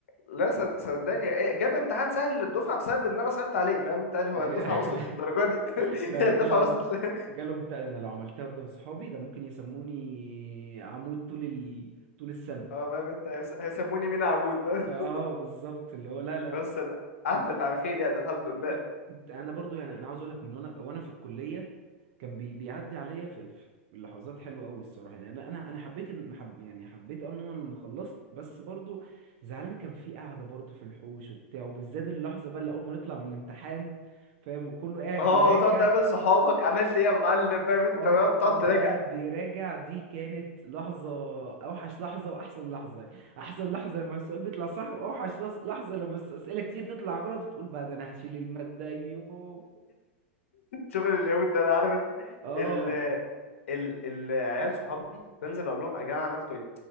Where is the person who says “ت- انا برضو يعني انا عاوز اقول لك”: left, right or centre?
Right